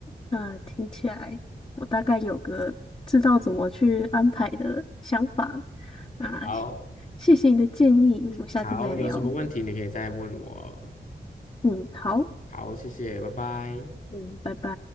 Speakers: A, on the left; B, on the left.
A: 那听起来我大概有个知道怎么去安排的想法。啊，
B: 好，
A: 谢谢你的建议，我们下次再聊。
B: 好，有什么问题你可以再问我哦
A: 嗯，好，
B: 好，谢谢，拜拜。
A: 嗯，拜拜。